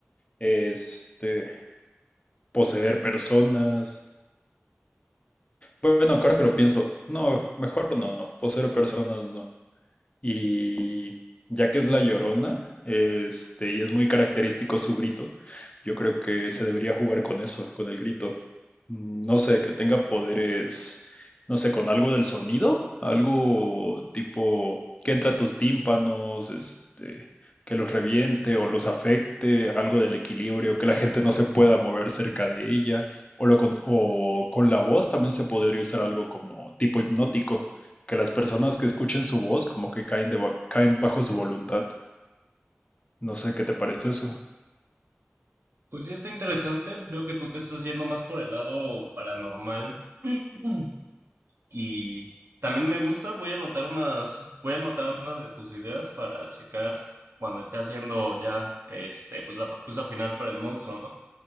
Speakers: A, on the left; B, on the right.
A: Este. Poseer personas. Bueno, claro que lo pienso. No, mejor no. Por ser personas no. Y ya que es la Llorona, este, y es muy característico su grito, yo creo que se debería jugar con eso, con el grito. Mm, No sé, que tenga poderes, no sé, con algo del sonido, algo tipo que entra a tus tímpanos, este, que los reviente o los afecte, algo del equilibrio, que la gente no se pueda mover cerca de ella, o, lo con, o con la voz también se podría usar algo como tipo hipnótico que las personas que escuchen su voz como que caen, de, caen bajo su voluntad. No sé qué te parece eso.
B: Pues sí, está interesante. Veo que tú te estás yendo más por el lado paranormal. Mm. Y también me gusta. Voy a anotar unas, voy a anotar unas de tus ideas para checar cuando esté haciendo ya, este, pues la propuesta final para el monstruo, ¿no?